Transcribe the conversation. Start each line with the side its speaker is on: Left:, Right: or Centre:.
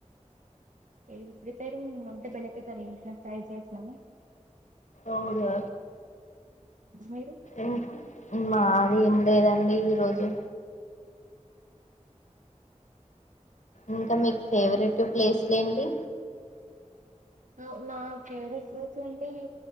Right: ఎం ప్రిపేరింగ్ అంటే బెండకాయ ఫ్రేయ్ చేసినం
Left: అవునా
Right: మీరు
Left: ఇంకా మాది ఏం లేదండి ఈరోోజు ఇంకా మీకు ఫేవరెట్
Right: హలో
Left: ప్లేసులు ఏంటి
Right: బ నా ఫేవరెట్ ప్లేస్ అంటే